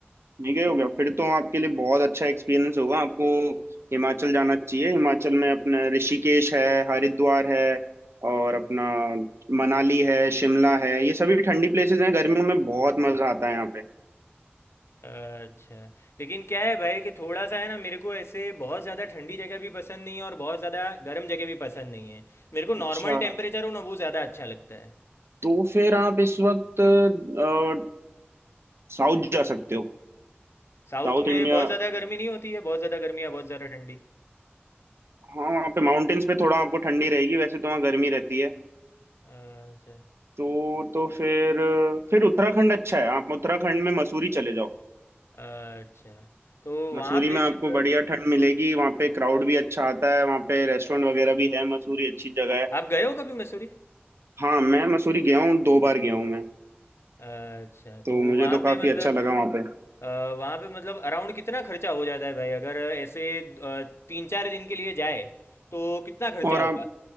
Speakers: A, on the right; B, on the left.
A: नहीं गए हो क्या फिर तो आपके लिए बहुत अच्छा एक्सपीरियंस होगा आपको हिमाचल जाना चाहिए हिमाचल में अपना ऋषिकेश है हरिद्वार है और अपना मनाली है शिमला है ये सभी ठंडी प्लेसेस हैं गर्मियों में बहुत मजा आता है यहाँ पे
B: अच्छा लेकिन क्या है भाई कि थोड़ा सा है ना मेरे को ऐसे बहुत ज़्यादा ठंडी जगह भी पसंद नहीं है और बहुत ज़्यादा गर्म जगह भी पसंद नहीं है मेरे को
A: अच्छा
B: नॉर्मल टेम्परेचर हो ना वो ज़्यादा अच्छा लगता है
A: तो फिर आप इस वक्त अ, साउथ जा सकते हो
B: साउथ
A: South India
B: में बहुत ज़्यादा गर्मी नहीं होती है बहुत ज़्यादा गर्मी या बहुत ज़्यादा ठंडी
A: हाँ वहाँ पे माउंटेन्स पे थोड़ा आपको ठंडी रहेगी वैसे तो वहाँ गर्मी रहती है
B: अच्छा
A: तो तो फिर फिर उत्तराखंड अच्छा है आप उत्तराखंड में मसूरी चले जाओ
B: अच्छा तो
A: मसूरी
B: वहाँ पे
A: में आपको
B: मतलब
A: बढ़िया ठंड मिलेगी वहाँ पे क्राउड भी अच्छा आता है वहाँ पे रेस्टोरेंट वगैरह भी है मसूरी अच्छी जगह है
B: आप गए हो कभी मसूरी
A: हाँ मैं मसूरी गया हूँ दो बार गया हूँ मैं
B: अच्छा
A: तो
B: तो
A: मुझे
B: वहाँ
A: तो
B: पे
A: काफी
B: मतलब
A: अच्छा लगा वहाँ पे
B: अ, वहाँ पे मतलब अराउंड कितना खर्चा हो जाता है भाई अगर ऐसे अ, तीन चार दिन के लिए जाए तो कितना खर्चा
A: और
B: होगा
A: आप